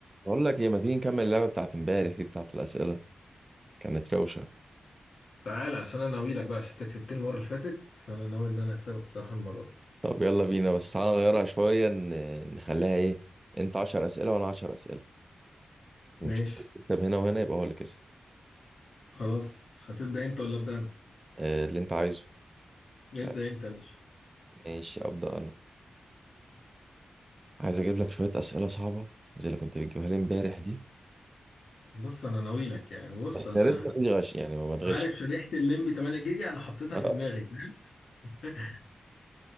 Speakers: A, on the right (about 25°); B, on the left (about 80°).
A: بقول لك ايه ما تيجي نكمل اللعبه بتاعت امبارح دي بتاعت الاسئله كانت روشه
B: تعالى عشان انا ناوي لك بقى عشان انت كسبتني المره اللي فاتت فانا ناوي ان انا اكسبك الصراحه المره دي
A: طب يلا بينا بس تعالى نغيرها شويه ن- نخليها ايه انت 10 اسئله وانا 10 اسئله ونشوف
B: ماشي
A: اللي يكسب هنا وهنا يبقى هو اللي كسب
B: خلاص هتبدا انت ولا ابدا انا
A: آه، اللي انت عايزه
B: ابدا
A: طيب
B: انت يا باشا
A: ماشي ابدا انا عايز اجيب لك شويه اسئله صعبه زي اللي كنت بتجيبها لي امبارح دي
B: بص انا ناوي لك يعني بص
A: بس
B: انا
A: يا ريت ما فيش غش يعني ما ما تغش
B: عارف شريحه الليمبي 8 جيجا انا حطيتها
A: <laughs>
B: في دماغي فاهم <laughs>